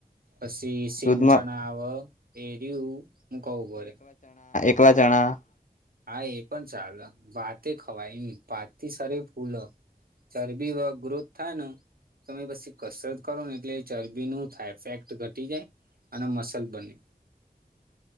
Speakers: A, on the right; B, on the left.
A: પછી સિંગ
B: દૂધમાં
A: ચણા આવ. એરયુ હું કવ ઊભો રે.
B: બ જણા
A: હા એ પણ ચાલ, ભાત એ ખવાય ની ભાત થી શરીર ફૂલ ચરબી વા ગ્રોથ થાય ને તમે પછી કસરત કરો ને એટલે ચરબી નું થાય ફેક્ટ ઘટી જાય અને મસલ બને.
B: <inaudible>